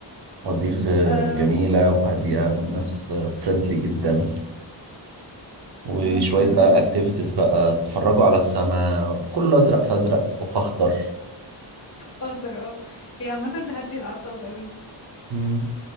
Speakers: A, on the right (about 55°); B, on the left (about 35°).
A: مالديفز
B: أم،
A: جميلة وهادية والناس فريندلي جدا وشوية
B: ممكن نروح
A: بقى
B: المالديفز
A: اكتيفيتيز بقى تتفرجوا على السماء كله أزرق فأزرق وفخضر
B: اخضر اه هي عامة تهدي الاعصاب قوي
A: مم.